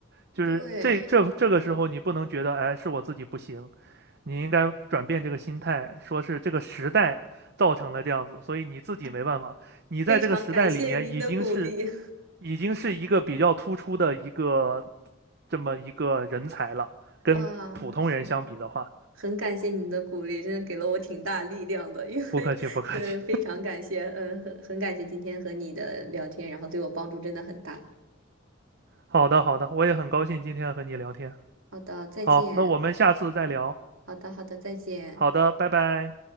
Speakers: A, on the right; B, on the right.
A: 就是这这这个时候你不能觉得哎是我自己不行，
B: 对，
A: 你应该转变这个心态，说是这个时代造成了这样子，所以你自己没办法。
B: 哎
A: 你在这个时代里面已经是
B: 非常感谢您的鼓励，
A: 已经是一个比较突出的一个这么一个人才了，
B: <laughs>
A: 跟普通人相比的话，
B: 哇，是是，很感谢您的鼓励，真的给了我挺大力量的，因为，
A: 不客气不客气。
B: 呃，非常感谢，呃，很很感谢今天和你的聊天，然后对我帮助真的很大。
A: 好的，好的，我也很高兴今天和你聊天。
B: 好的，再见。
A: 好，那我们下次再聊。
B: 好的，好的，再见。
A: 好的，拜拜。